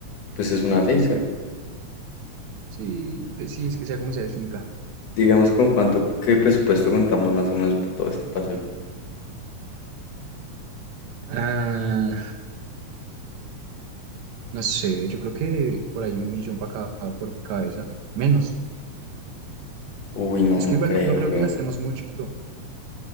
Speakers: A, on the left; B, on the right.
A: Pues es una finca.
B: Sí, sí, pues sí, es que sea como sea, es finca.
A: Digamos con cuánto, qué presupuesto contamos más o menos para todo este paseo.
B: Ah, No sé, yo creo que por ahí un millón para cada, por cabeza. Menos.
A: Uy, no,
B: Es
A: no
B: que igual
A: creo,
B: no, no creo
A: bro.
B: que gastemos mucho.